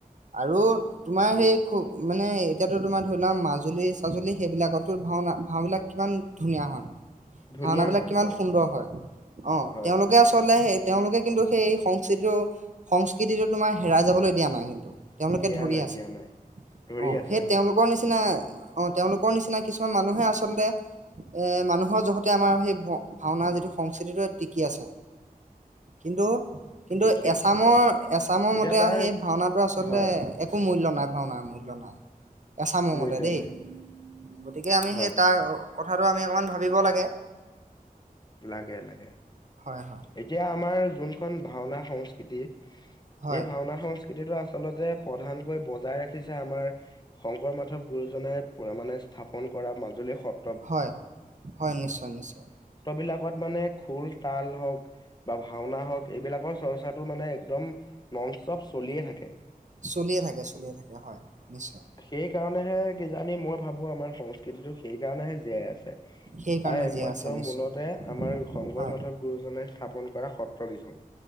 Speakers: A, on the right; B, on the left.
A: আৰু তোমাৰ
B: নিশ্চ-
A: সেই খুব মানে এতিয়াতো তোমাৰ ধৰি লোৱা মাজুলী চাজুলী সেইবিলাকততো ভাওনা ভাওবলাক কিমান ধুনীয়া হয়
B: ধুনীয়া
A: ভাওনা বিলাক
B: হয়
A: কিমান
B: হয়
A: সুন্দৰ হয়, অঁ
B: হয়
A: তেওঁলোকে আচলতে সেই তেওঁলোকে কিন্তু সেই সংস্কৃতিটো- সংস্কৃতিটো তোমাৰ হেৰাই যাবলৈ দিয়া নাই কিন্তু। তেওঁলোকে
B: দিয়া
A: ধৰি
B: নাই
A: আছে,
B: দিয়া নাই ধৰি
A: অঁ
B: আছে
A: সেই
B: হয়
A: তেওঁলোকৰ নিচিনা অ' তেওঁলোকৰ নিচিনা কিছুমান মানুহে আচলতে এ মানুহৰ জহতে আমাৰ সেই ভ ভাওনা যিটো সংস্কৃতিটো সেটো টিকি আছে, কিন্তু কিন্তু
B: টিকি
A: এছামৰ-
B: আছে হয়
A: এছামৰ
B: এতিয়া
A: মতে
B: তাৰ
A: আও সেই ভাওনাটো আচলতে
B: হয়
A: একো মূল্য নাই ভাওনা মূল্য নাই। এছামৰ
B: মূল্য
A: মতে দেই,
B: নাই
A: গতিকে আমি
B: হয়
A: সেই তাৰ কথাটো আমি অকণমান ভাবিব লাগে।
B: লাগে-লাগে,
A: হয় হয়।
B: এতিয়া আমাৰ যোনখন ভাওনা সংস্কৃতি
A: হয়
B: এই ভাওনা সংচ কৃতিটো আচলতে প্ৰধানকৈ বজাই ৰাখিছে আমাৰ শংকৰ মাধৱ গুৰুজনাই মানে স্থাপন কৰা মাজুলী সত
A: হয়- হয়, নিশ্চয়- নিশ্চয়।
B: বিলাকত মানে খোল, তাল হওক বা ভাওনা হওক, এইবিলাকৰ চৰ্চাটো মানে একদম ননষ্টপ চলিয়েই থাকে
A: চলিয়ে থাকে চলিয়ে থাকে হয় নিশ্চয়
B: সেইকাৰণে হে কিজানি মই ভাবো, আমাৰ সংস্কৃতিটো সেই কাৰণেহে জীয়াই আছে।
A: সেইকাৰণে
B: তাৰ একমাত্ৰ
A: যিয়াই আছে নিশ্চয়।
B: মূলতে আমাৰ শংকৰ-মাধৱ
A: হয়।
B: গুৰুজনাই স্থাপন কৰা সত্ৰ কেইখন।